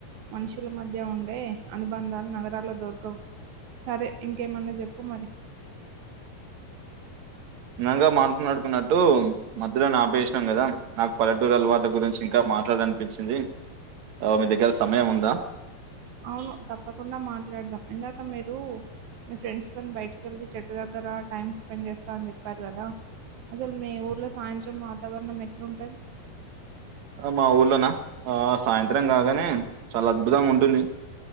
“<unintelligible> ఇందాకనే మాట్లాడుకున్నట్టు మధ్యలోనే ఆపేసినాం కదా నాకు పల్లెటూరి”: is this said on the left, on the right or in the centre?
Right